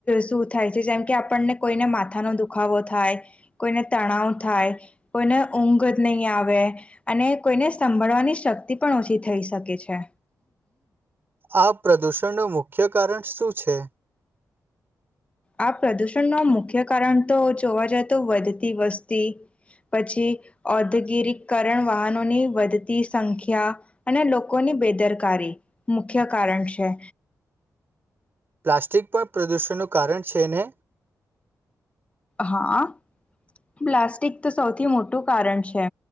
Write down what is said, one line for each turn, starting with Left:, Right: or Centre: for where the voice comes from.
Left: શું થાય છે, જેમ કે આપણને કોઈને માથાનો દુખાવો થાય, કોઈને તણાવ થાય, કોઈને ઊંઘ નહી આવે, અને કોઈને સાભળવાની શક્તિ પણ ઓછી થઈ શકે છે.
Right: આ પ્રદૂષણનું મુખ્ય કારણ શું છે?
Left: આ પ્રદૂષણ નું મુખ્ય કારણ તો જોવા જતું વધતી વસ્તી પછી, ઔદગરકરણ, વાહનોની વધતી સંખ્યા, અને લોકોની બેદરકારી મુખ્ય કારણ છે.
Right: પ્લાસ્ટિક પણ પ્રદૂષણનું કારણ છે ને!
Left: હા પ્લાસ્ટિક તો સૌથી મોટું કારણ છે.